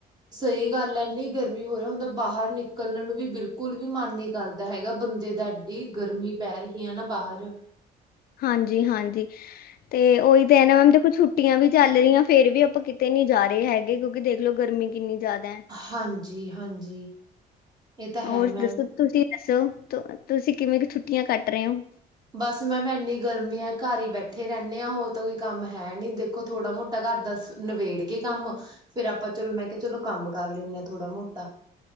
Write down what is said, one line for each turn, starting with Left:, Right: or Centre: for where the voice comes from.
Right: ਸਈ ਗੱਲ ਐ ਐਨੀ ਗਰਮੀ ਹੋ ਰਹੀ ਹੁਣ ਤਾ ਬਾਹਰ ਨਿਕਲਣ ਨੂੰ ਵੀ ਬਿਲਕੁਲ ਵੀ ਮਨ ਨੀ ਕਰਦਾ ਹੈਗਾ ਬੰਦੇ ਦਾ ਏ ਗਰਮੀ ਪੈ ਰਹੀ ਐ ਨਾ ਬਾਹਰ
Left: ਹਾਂਜੀ ਹਾਂਜੀ ਤੇ ਉਈ ਤੇ ਐ ਨਾ ਮੈਮ ਦੇਖੋ ਛੁੱਟੀਆਂ ਵੀ ਚੱਲ ਰਹੀਆਂ ਫੇਰ ਵੀ ਆਪਾਂ ਕਿਤੇ ਨੀ ਜਾ ਰੇ ਹੈਗੇ ਕਿਉਂਕਿ ਦੇਖਲੋ ਗਰਮੀ ਕਿੰਨੀ ਜਾਦਾ ਐ
Right: ਹਾਂਜੀ ਹਾਂਜੀ ਇਹ ਤਾਂ
Left: ਹੋਰ
Right: ਹੈ ਮੈਮ
Left: ਦੱਸੋ ਤੁਸੀਂ ਦੱਸੋ ਤੁਸੀਂ ਕਿਵੇਂ ਕ ਛੁੱਟੀਆਂ ਕੱਟ ਰੇ ਓ
Right: ਬਸ ਮੈਂਮ ਮੈਂ ਇੰਨੀ ਗਰਮੀ ਆ ਘਰ ਈ ਬੈਠੇ ਰੈਣੇ ਆਂ ਹੋਰ ਤਾਂ ਕੋਈ ਕੰਮ ਹੈ ਨੀ ਦੇਖੋ ਥੋੜਾ ਮੋਟਾ ਘਰ ਦਾ ਸ ਨਿਵੇੇੜ ਕੇ ਕੰਮ ਫੇਰ ਆਪਾਂ ਚਲੋ ਮੈਂ ਕਿਆਂ ਚਲੋ ਕੰਮ ਕਰ ਲੈਨੇ ਆਂ ਥੋੜ੍ਹਾ ਮੋਟਾ